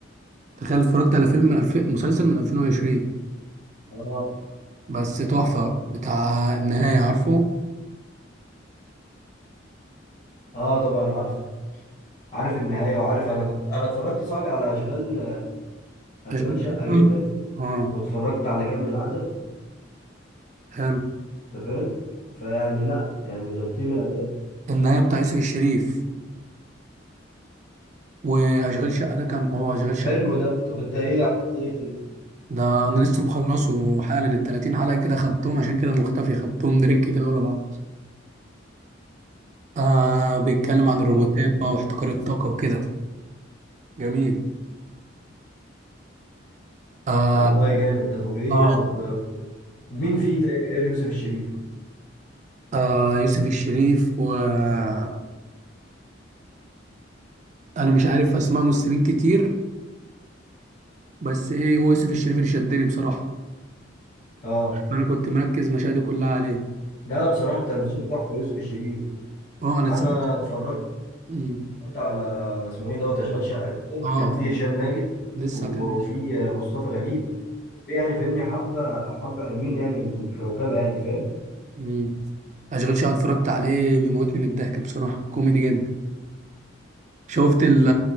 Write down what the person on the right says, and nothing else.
تخيل اتفرجت على فيلم من الف... مسلسل من 2020
بس تحفه بتاع النهايه عارفه
اشغال
شقه
اه
حلو
النهايه بتاع يوسف الشريف واشغال شقه ده كان اه اشغال
شقه
ده انا لسه مخلصه حالا ال 30 حلقه كده خدتهم عشان كده مختفي خدتهم دريك كده ورا بعض آه بيتكلم عن الروبوتات
بقى واحتكار الطاقة وكده جميل آه
آه
آه يوسف الشريف وأنا مش عارف أسماء ممثلين كتير بس إيه هو يوسف الشريف اللي شدني بصراحة
أنا كنت مركز مشاهدي كلها عليه
آه أنا
تس...
مم.
آه
لسه
هكلم
مم. أشغال شقة اتفرجت عليه بيموتني من الضحك بصراحة كوميدي جدا شفت ال